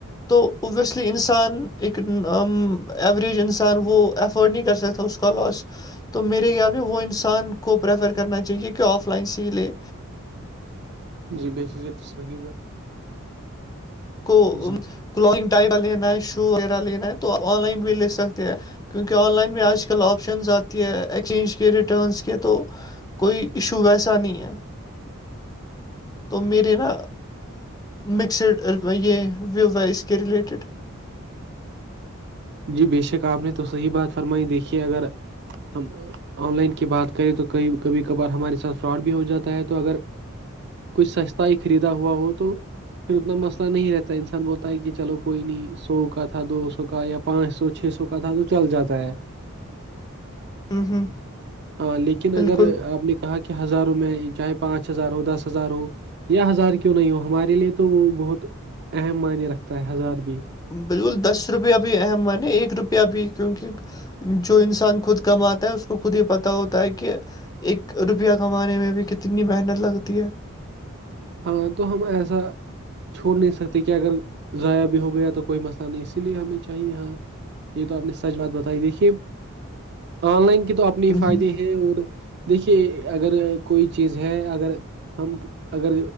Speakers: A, on the left; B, on the right.
A: تو اوبویسلی انسان ایک ایوریج انسان انسان وہ افورڈ نہیں کر سکتا اس کا لاس تو میرے خیال میں وہ انسان کو پریفر کرنا چاہیے کہ آف لائن سی لے
B: جی بے فریت تو صحیح بات
A: کو
B: جی
A: کلتنگ ٹائپ لینا ہے شو وغیرہ لینا ہے تو آن لائن بھی لے سکتے ہیں کیونکہ آن لائن میں آج کل آج کل آپشنز آتی ہے ایکسچینج کے ریٹرنز کے تو کوئی ایشو ویسا نہیں ہے تو میرے نا مکسڈ یہ ویو واس کے ریلیٹڈ
B: جی بے شک آپ نے تو صحیح بات فرمائی دیکھیے اگر ہم آن لائن کی بات کریں تو کبھی کبھار ہمارے ساتھ فراڈ بھی ہو جاتا ہے تو اگر کچھ سستا ہی خریدا ہوا ہو تو پھر اتنا مسئلہ نہیں رہتا ہے انسان بولتا ہے کہ چلو کوئی نہیں سو کا تھا دو سو کا یا پانچ سو چھ سو کا تھا تو چل جاتا ہے
A: ہوں
B: ہاں لیکن اگر
A: بالکل
B: آپ نے کہاں کے ہزاروں میں چاہے پانچ ہزار ہو دس ہزار ہو یا ہزار کیوں نہیں ہو ہمارے لیے تو وہ بہت اہم منی رکھتا ہے ہزار بھی
A: بالکل دس روپیہ بھی اہم مانےایک روپیہ بھی کیونکہ جو انسان خود کم آتا ہے اس کو خود ہی پتہ ہوتا ہے کہ ایک روپیہ کمانے میں بھی کتنی محنت لگتی ہے
B: ہاں تو ہم ایسا چھوڑ نہیں سکتے کیا اگر ضائع بھی ہو گیا تو کوئی مسئلہ نہیں اسی لیے ہمیں چاہیے یہاں یہ تو آپ نے سچ بات بتائی دیکھیے آن لائن کی تو اپنے
A: ہوں
B: فائدے ہیں اور دیکھیے اگر کوئی چیز ہے اگر ہم اگر